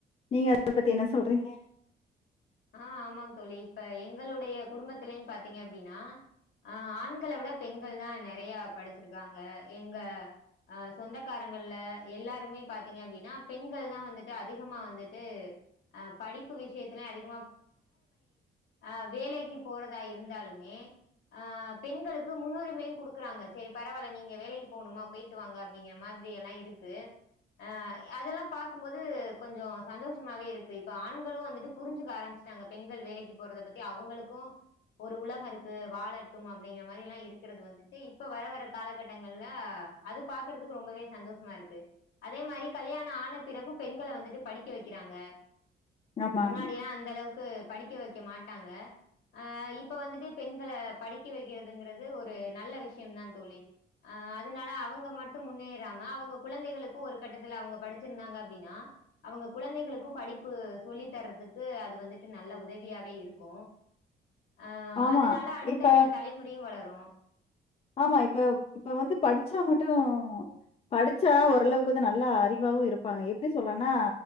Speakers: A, on the left; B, on the left.
A: நீங்க அத பத்தி என்ன சொல்றீங்க
B: ஆ ஆமாங் தோழி இப்ப எங்களுடைய குடும்பத்திலையு பாத்தீங்க அப்டின்னா அ ஆண்கள விட பெண்கள் தா நெறைய படிச்சிருக்காங்க எங்க அ சொந்தக்காரங்கள்ல எல்லாருமே பாத்தீங்க அப்டின்னா பெண்கள் தா வந்துட்டு அதிகமா வந்துட்டு அ படிப்பு விஷயத்திலு அதி அ வேலைக்கு போறதா இருந்தாலுமே ஆ பெண்களுக்கு முன்னுரிமையு குடுக்குறாங்க சேரி பரவாயில்ல நீங்க வேலைக்கு போணுமா போயிட்டு வாங்க அப்டிங்கிற மாரி எல்லா இருக்கு ஆ அதெல்லா பாக்கும்போது கொஞ்சோ சந்தோஷமாவே இருக்கு இப்ப ஆண்களு வந்துட்டு புரிஞ்சு ஆரம்பிச்சிட்டாங்க பெண்கள் வேலைக்கு போறத பத்தி அவங்களுக்கு ஒரு உலக இருக்கு வாழட்டும் அப்டிங்கிற மாரி எல்லா இருக்கிறது வந்துட்டு இப்ப வர வரற காலகட்டங்கள்ல அது பாக்குறதுக்கு ரொம்பவே சந்தோஷமா இருக்கு அதே மாரி கல்யாணம் ஆன பிறகும் பெண்கள வந்துட்டு படிக்க வைக்கிறாங்க
A: ஆமா
B: முன்னாடியெல்லா அ க்கு படிக்க வைக்க மாட்டாங்க அ இப்ப வந்துட்டு பெண்கள படிக்க வைக்கிறதுங்றது ஒரு நல்ல விஷயம் தா தோழி அ அதனால அவங்க மட்டும் முன்னேறாம அவங்க குழந்தைகளுக்கு ஒரு கட்டத்துல அவங்க படிச்சிருந்தாங்க அப்டின்னா அவங்க குழந்தைகளுக்கும் படிப்பு சொல்லி தர்றதுக்கு அது வந்துட்டு நல்ல உதவியாவே இருக்கும் அ
A: ஆமா
B: அதனால அடுத்தடுத்த
A: இப்ப
B: தலைமுறையும் வளரு ஆ
A: ஆமா இப்ப இப்ப வந்து படிச்சா மட்டு படிச்சா ஓரளவுக்கு வந்து நல்ல அறிவாவு இருப்பாங்க எப்டி சொல்றேன்னா